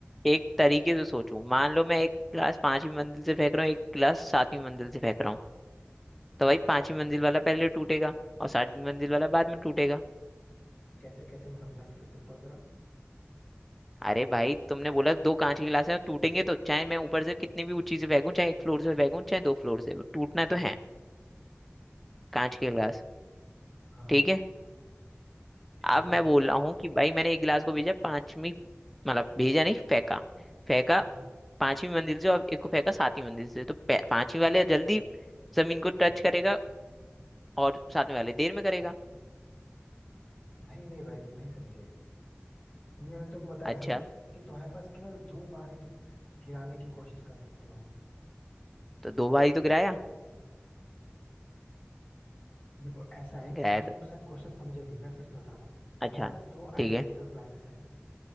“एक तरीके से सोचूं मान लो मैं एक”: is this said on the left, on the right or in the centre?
Centre